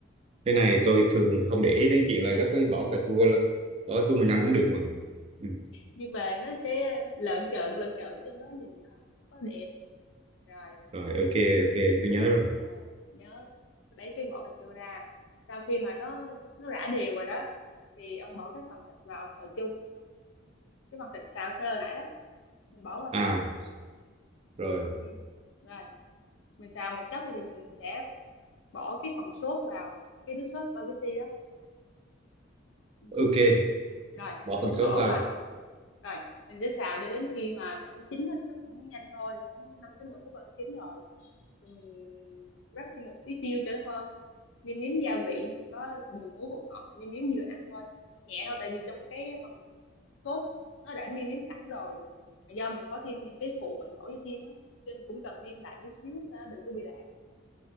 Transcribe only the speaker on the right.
cái này
tôi thường không để ý đến chuyện là gấp cái vỏ cà chua lắm vỏ cà chua mình
ăn cũng được mà ừ.
rồi ok ok tôi nhớ rồi
à
rồi
ok
bỏ
phần
sốt
vào